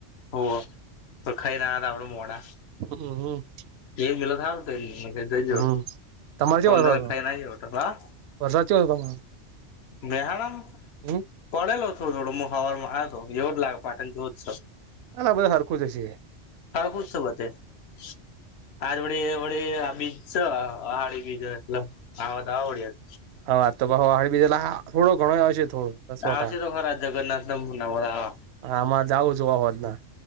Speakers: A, on the left; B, on the right.
A: હો તો ખાઈ ના આપડ મોડા.
B: હમ હમ.
A: એ જ મિલત હાર તો એ
B: હમ તમારે કેવો
A: કો
B: હતો
A: દ ખઈ નાટ હા.
B: વરસાદ કયો હતો તમારો.
A: ગ્રહણં?
B: હમ.
A: પડેલો છો થોડો મ હવાર મા હતો એવ જ લાગે પાટણ જો જ.
B: હ આ બધું સરરખું જ હશે.
A: હળખું જ છ આજ વડે વડે આ બીચ છેહાડી બીજ. લ આવ તો આવ આવડ.
B: હા તો બ હળ બીજે થો ઘણો આવશે થોડો. સોટા
A: આવશે તો ખરા જગન્નાથ નાના.
B: આમાં જાવું જોવા હોતના,